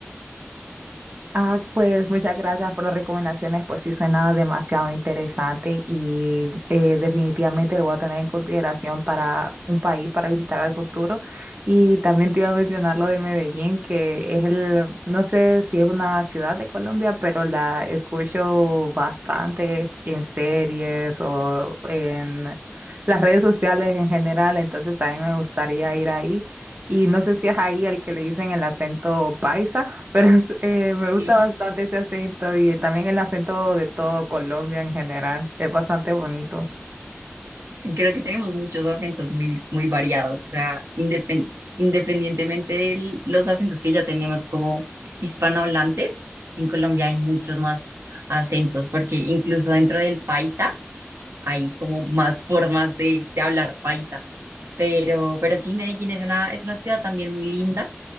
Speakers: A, on the right (about 40°); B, on the right (about 85°).
A: Ah, pues muchas gracias por las recomendaciones, pues sí suena demasiado interesante y eh, definitivamente lo voy a tener en consideración para un país para visitar al futuro. Y también te iba a mencionar lo de Medellín, que es el, no sé si es una ciudad de Colombia, pero la escucho bastante en series o en las redes sociales en general, entonces también
B: Sí,
A: me gustaría ir ahí. Y no sé si es ahí el que le dicen el acento paisa, <laughs> pero es- eh, me gusta
B: sí.
A: bastante ese acento y también el acento de todo Colombia en general. Es bastante bonito.
B: Creo que tenemos muchos acentos muy, muy variados, o sea, indepen- independientemente de los acentos que ya tenemos como hispanohablantes, en Colombia hay muchos más acentos, porque incluso dentro del paisa hay como más formas de, de hablar paisa. Pero, pero sí, Medellín es una, es una ciudad también muy linda